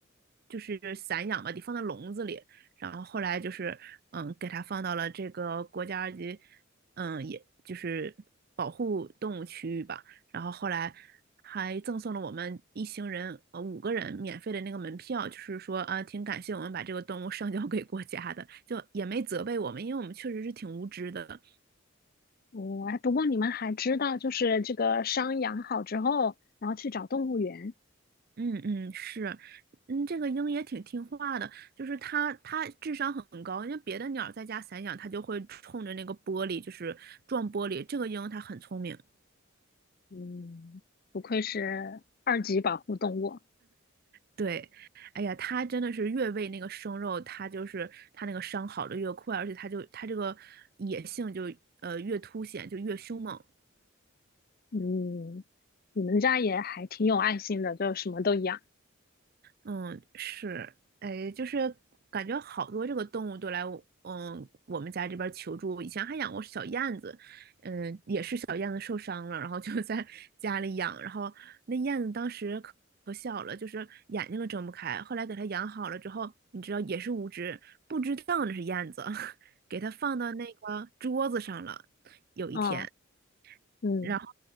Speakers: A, on the right; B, on the left.
A: 就是散养吧，得放在笼子里。然后后来就是嗯，给它放到了这个国家二级，嗯，也就是保护动物区域吧。然后后来还赠送了我们一行人呃五个人免费的那个门票，就是说啊，挺感谢我们把这个动物上交给国家的，就也没责备我们，因为我们确实是挺无知的。
B: 哦，哎，不过你们还知道，就是这个伤养好之后，然后去找动物园。
A: 嗯嗯，是。嗯，这个鹰也挺听话的，就是它，它智商很高。因为别的鸟在家散养，它就会冲着那个玻璃，就是撞玻璃。这个鹰它很聪明。
B: 嗯，不愧是二级保护动物。
A: 对，哎呀，他真的是越喂那个生肉，他就是他那个伤好的越快，而且他就他这个野性就呃越凸显，就越凶猛。
B: 嗯，你们家也还挺有爱心的，就什么都养。
A: 嗯，是，哎，就是感觉好多这个动物都来我，嗯，我们家这边求助。以前还养过小燕子，嗯，也是小燕子受伤了，然后就在 <laughs> 家里养，然后那燕子当时可可小了，就是眼睛都睁不开。后来给它养好了之后，你知道也是无知，不知道那是燕子，<laughs> 给它放到那个桌子上了。有一天。
B: 哦，嗯，
A: 然后